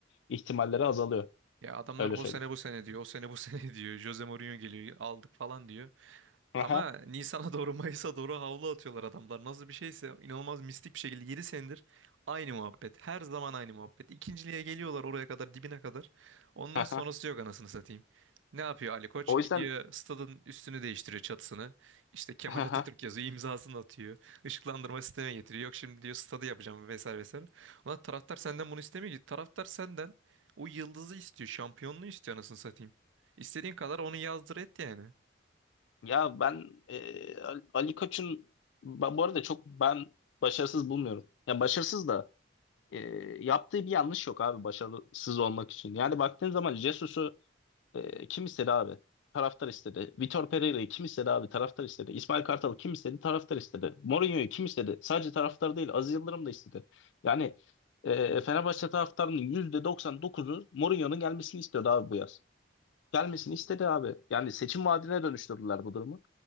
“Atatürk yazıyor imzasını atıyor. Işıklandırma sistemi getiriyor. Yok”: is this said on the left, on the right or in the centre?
Right